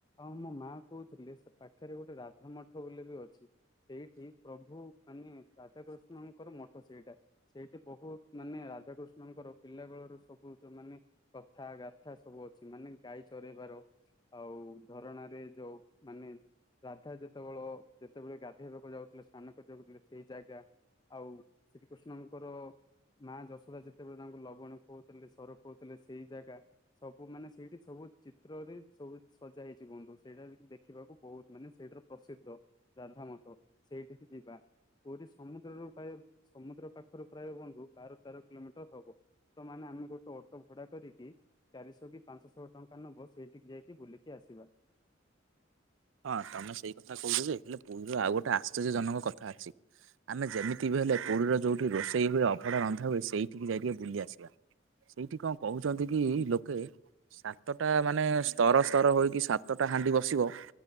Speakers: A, on the left (about 20°); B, on the right (about 75°).
A: ଆଉ ମୋ ମା କହୁଥିଲେ ସେ ପାଖରେ ଗୋଟେ ରାଧା ମଠ ଠ ବୋଲି ବି ଅଛି। ସେଇଠି ପ୍ରଭୁ ମାନେ ରାଧାକୃଷ୍ଣଙ୍କର ମଠ ସେଇଟା ସେଇଠି ବହୁତ ମାନେ ରାଧାକୃଷ୍ଣଙ୍କର ପିଲା ବେଳରୁ ସବୁ ଯ ମାନେ କଥା ଗାଥା ସବୁ ଅ ଛି ମାନେ ଗାଈ ଚରେଇବାର ଆଉ ଧରଣ ରେ ଯୋଉ ମାନେ ରାଧା ଯେତେବେଳ ଯେତେବେଳେ ଗାଧେଇବାକୁ ଯାଉଥିଲେ ସ୍ନାନ କରିବାକୁ ଯାଉଥିଲେ ସେଇ ଜାଗା ଆଉ ସେଠି ଶ୍ରୀକୃଷ୍ଣଙ୍କର ମା ଯଶୋଦା ଯେତେବେଳେ ତାଙ୍କୁ ଲବଣୀ ଖୋଉଥିଲେ ସର ଖୋହୁଥିଲେ ସେଇ ଜାଗା କୋ ମାନେ ସେଇଠି ସବୁ ଚିତ୍ରରେ ସବୁ ସଜା ହେଇଛି ବନ୍ଧୁ ସେଇଟା ଟିକ ଦେଖିବାକୁ ବହୁତ ମାନେ ସେଇଠାର ପ୍ରସିଦ୍ଧ ରାଧାମଠ ସେଇଠିକି ଯିବା ପୁରୀ ସମୁଦ୍ରରୁ ପ୍ରାୟ ସମୁଦ୍ର ପାଖରୁ ପ୍ରାୟ ବନ୍ଧୁ ବାର ତେର କିଲୋମିଟର ହବ। ତ ମାନେ ଆମେ ଗୋଟେ ଅଟୋ ଭଡା କରିକି ଚାରିଶହ କି ପାଞ୍ଚଶହ ଟଙ୍କା ନବ ଏଇଠିକି ଯାଇକି ବୁଲିକି ଆସିବା।
B: ହଁ ତମେ ସେଇ କଥା କହୁଚ ଯେ ହେଲେ ପୁରୀରୁ ଆଉ ଗୋଟେ ଆଶ୍ଚର୍ଯ୍ୟ ଜନକ କଥା ଅଛି ଆମେ ଯେମିତି ବି ହେଲେ ପୁରୀରେ ଯଉଠି ରୋଷେଇ ହୁଏ ଅଭଡ଼ା ରନ୍ଧା ହୁଏ ସେଇଠିକି ଯାଇକି ଟିକେ ବୁଲି ଆସିବା। ସେଇଠି କଣ କହୁଚନ୍ତି କି ଲୋକେ ସାତଟା ମାନେ ସ୍ତର ସ୍ତର ହୋଇକି ସା ତ ଟା ହାଣ୍ଡି ବସିବ